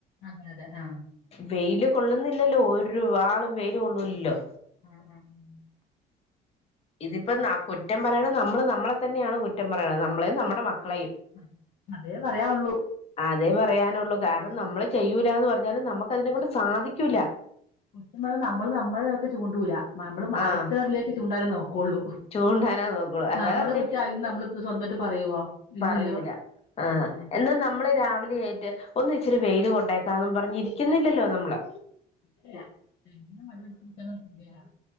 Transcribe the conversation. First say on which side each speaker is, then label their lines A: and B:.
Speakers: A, on the left; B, on the left.
A: അതെ അതെ ആഹ്
B: വെയില് കൊള്ളുന്നില്ലല്ലോ ഒര്വാളും വെയില് കൊള്ളൂല്ലല്ലോ
A: ആഹ് ആഹ് -
B: ഇതിപ്പം ന കുറ്റം പറയണ നമ്മള് നമ്മളെ തന്നെയാണ് കുറ്റം പറയണത് നമ്മളെയും നമ്മുടെ മക്കളെയും
A: ആ. അതേ പറയാവുള്ളൂ
B: അതെ പറയാനൊള്ളൂ കാരണം
A: ഉം.
B: നമ്മള് ചെയ്യൂലാന്ന് പറഞ്ഞ നമുക്ക് അതിനെ കൊണ്ട് സാധിക്കൂല
A: നമ്മള് നമ്മള് നമ്മളുടെ നേർക്ക് ചൂണ്ടൂല്ല നമ്മള്
B: ആഹ്
A: അടുത്തവരിലെക്ക് ചൂണ്ടാനെ നോക്കു- ള്ളൂ
B: ചൂണ്ടാനാ നോക്കുള്ളൂ അതാ
A: നമ്മുടെ
B: പറഞ്ഞെ
A: കുറ്റം ആരും നമ്മൾ സ്വന്തായിട്ട് പറയുവോ ഇല്ലല്ലോ
B: പറയൂല ആഹ്
A: ഉം
B: എന്നാൽ നമ്മള് രാവിലെ എ- ണീറ്റ് ഒന്ന് ഇച്ചിരി വെയില് കൊണ്ടേക്കാ ന്നും പറഞ്ഞിരിക്കുന്നില്ലല്ലോ നമ്മള്
A: ല്ല എങ്ങനെ മടിപിടിച്ചിരിക്ക ചിന്തയില-